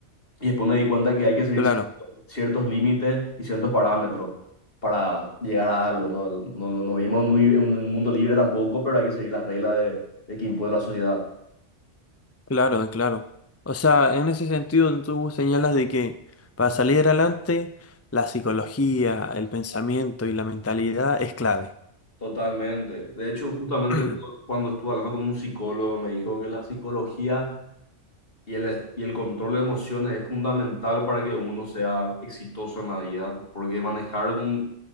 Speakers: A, on the left; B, on the left.
A: y después me di cuenta que hay que seguir
B: Claro,
A: ciertos límites y ciertos parámetros para llegar a algo, ¿no? No, no, no vivimos en un, li- en un mundo libre tampoco, pero hay que seguir las reglas de, de que impone la sociedad.
B: claro, claro. O sea, en ese sentido tú señalas de que para salir adelante, la psicología, el pensamiento y la mentalidad es clave.
A: Totalmente. De hecho, justamente
B: <clears throat>
A: yo, cuando estuve hablando con un psicólogo, me dijo que la psicología Y el, y el control de emociones es fundamental para que uno sea exitoso en la vida, porque manejar un,